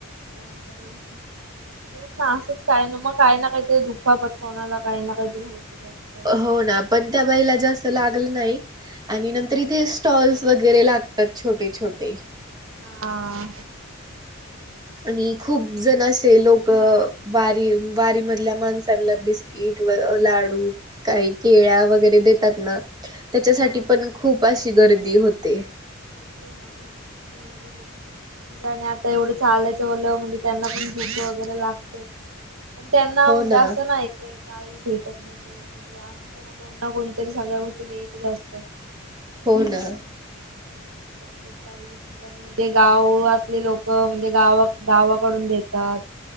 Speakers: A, on the right; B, on the right.
A: बापरे तेच ना आसंच काय ना म काय ना काही ते दु खापत कोणाला काही ना काहीतरी होतच असतं.
B: हो ना पण त्या बाईला जास्त लागलं नाही. आणि नंतर इथे स्टॉल्स वगैरे लागतात छोटे छोटे.
A: हा.
B: आणि खूप
A: तेच
B: जण आसं ते लोक बारी बारी मधल्या मानसांला बिस्किट व लाडू काही केळ्या वगैरे देतात ना त्याच्यासाठी
A: हा
B: पण खूप आशी गर्दी होते.
A: होतय ना ते म्हणजे एवढी लोक आणि आता एवढं चालायचं म्हणल्या व त्यांना पण भुक वगैरे लागते. पण त्यांना
B: हो
A: म्हणजे
B: ना
A: असं नाही की काही भेटत नसत म्हणजे आसत ना कोण ना कोणतरी सगळ्या गोष्टी देतच आसत.
B: हो ना.
A: प्रत्येक काई कानी म्हणजे गाव आसले लोक म्हणजे गावा गावाकडून देतात.